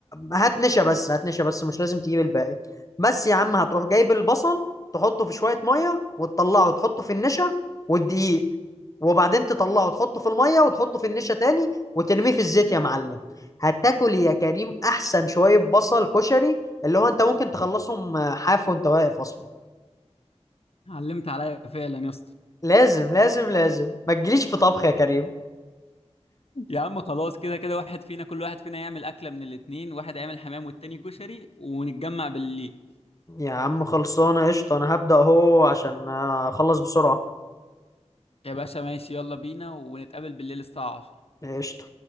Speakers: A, on the left; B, on the left.
A: هات نشا بس هات نشا بس مش لازم تجيب الباقي بس يا عم هتروح جايب البصل تحطه في شوية مية وتطلعه وتحطه في النشا والدقيق وبعدين تطلعه وتحطه في المية وتحطه في النشا تاني وترميه في الزيت يا معلم هتاكل يا كريم احسن شوية بصل كشري اللي هو انت ممكن تخلصهم حاف وانت واقف اصلا
B: علمت عليا فعلا يا اسطى
A: لازم لازم لازم ما تجيليش في طبخ يا كريم
B: يا عم خلاص كده كده واحد فينا كل واحد فينا يعمل أكلة من الاتنين واحد هيعمل حمام والتاني كشري ونتجمع بالليل
A: يا عم خلصانه قشطه انا هبدأ اهو عشان آه، اخلص بسرعه
B: يا باشا ماشي يلا بينا ونتقابل بالليل الساعة 10
A: قشطه